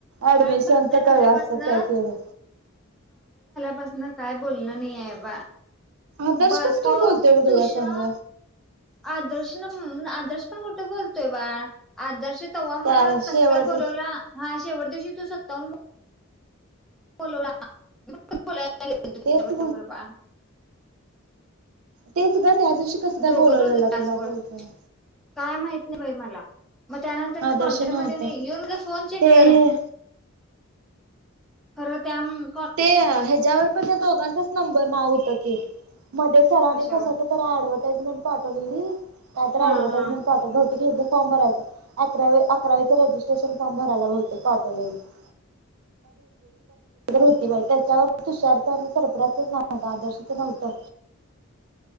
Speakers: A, on the right; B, in the centre.
A: ऍडमिशनच
B: बाळ भांडण झाल्यापासन
A: कळलं असत काय केलं.
B: पासन काय बोलण नाही आहे बा.
A: आदर्श
B: ब
A: कस
B: तो
A: काय बोलतोय ग तुझ्या
B: तुषा
A: संग
B: आदर्श आदर्श पण कुठे बोलतोय बाळ आदर्श तवा
A: त्या
B: मला
A: शेवट
B: कस काय बोलावला हा. शेवट दिवशी तू स्वतःहून बो बोलवला पर
A: तेच
B: पा <unintelligible>
A: ते ग त्या दिवशी कसं काय
B: दोघं
A: बोलावलेलं
B: होते तासभर
A: तुला असं विचार
B: काय माहित नाही बाई मला मग त्यानंतर मी
A: आदर्श
B: कॉन्टॅक्ट
A: नव्हता
B: मध्ये नाही येऊन माझ फोन चेक
A: ते
B: करा.
A: हे
B: खरं त्या म
A: ते ह्याच्यावर पण त्या दोघांचाच नंबर नाव होत की मध्ये सराने
B: कशावर
A: कस क ऍडव्हटाइजमेंट पाठवलेली का तर
B: हा
A: अडव्हटाइजमेंट
B: हा
A: पाठवत हो हीझ फॉर्म भरायचा आहे अकरावी अकरावीचा रजिस्ट्रेशन फॉर्म भरायला बहुतेक पाठवलेलीत होती बाई त्याच्यावर तुषारच आणि सर्फराज चच नात आदर्शच नव्हतं